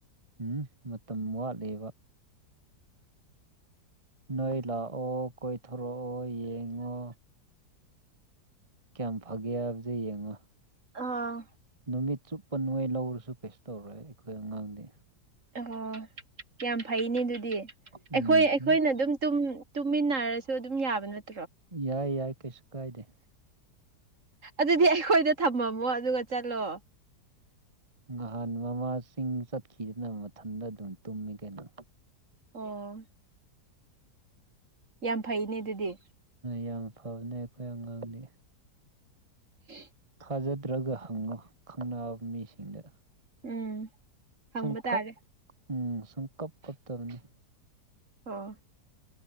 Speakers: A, on the right; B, on the right.
A: ꯎꯝ ꯃꯇꯝ ꯋꯥꯠꯂꯦꯕ ꯅꯣꯏ ꯂꯥꯛꯑꯣ ꯀꯣꯏꯊꯣꯔꯛꯑꯣ ꯌꯦꯡꯉꯣ ꯀꯌꯥꯝ ꯐꯒꯦ ꯍꯥꯏꯕꯗ ꯌꯦꯡꯉꯣ
B: ꯑꯥ
A: ꯅꯨꯃꯤꯠ ꯆꯨꯞꯄ ꯅꯩ ꯂꯧꯔꯁꯨ ꯀꯩꯁꯨ ꯇꯧꯔꯦ ꯑꯩꯈꯣꯏ ꯑꯉꯥꯡꯗꯤ
B: ꯑꯣ ꯌꯥꯝ ꯐꯩꯅꯦ ꯑꯗꯨꯗꯤ
A: ꯎꯝ
B: ꯑꯩꯈꯣꯏ ꯑꯩꯈꯣꯏꯅ ꯑꯗꯨꯝ ꯇꯨꯝ ꯇꯨꯃꯤꯟꯅꯔꯁꯨ ꯑꯗꯨꯝ ꯌꯥꯕ ꯅꯠꯇꯦ
A: ꯌꯥꯏ ꯌꯥꯏ ꯀꯩꯁꯨ ꯀꯥꯏꯗꯦ
B: ꯑꯗꯨꯗꯤ ꯑꯩꯈꯣꯏꯗ ꯊꯝꯃꯝꯃꯣ ꯑꯗꯨꯒ ꯆꯠꯂꯣ
A: ꯅꯍꯥꯟ ꯃꯃꯥꯁꯤꯡ ꯆꯠꯈꯤꯗꯅ ꯃꯊꯟꯗ ꯑꯗꯨꯝ ꯇꯨꯝꯃꯤ ꯀꯩꯅꯣ
B: ꯑꯣ ꯌꯥꯝ ꯐꯩꯅꯦ ꯑꯗꯨꯗꯤ
A: ꯌꯥꯝ ꯐꯕꯅꯦ ꯑꯩꯈꯣꯏ ꯑꯉꯥꯡꯅꯤ
B: ꯍ
A: ꯇꯥꯖꯗ꯭ꯔꯒ ꯍꯪꯉꯣ ꯈꯪꯕ ꯃꯤꯁꯤꯡꯗ
B: ꯎꯝ ꯍꯪꯕ
A: ꯁꯨꯝ
B: ꯇꯥꯔꯦ
A: ꯀꯞ ꯎꯝ ꯁꯨꯝ ꯀꯞ ꯀꯞꯇꯕꯅꯤ
B: ꯑꯣ